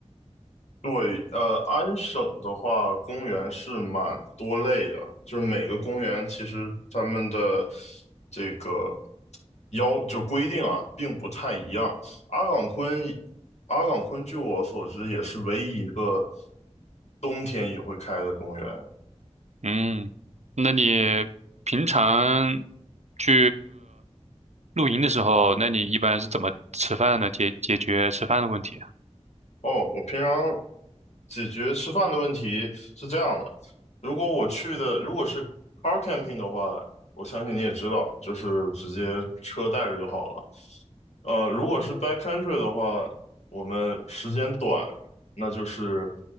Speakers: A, on the left; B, on the right.
A: 对，呃，安省的话，公园是蛮多类的，就是每个公园其实他们的这个要就规定啊，并不太一样。阿岗昆，阿岗昆据我所知也是唯一一个冬天也会开的公园。
B: 嗯，那你平常去露营的时候，那你一般是怎么吃饭呢？解解决吃饭的问题啊？
A: 哦，我平常解决吃饭的问题是这样的，如果我去的如果是 car camping 的话，我相信你也知道，就是直接车带着就好了。呃，如果是 backcountry 的话，我们时间短，那就是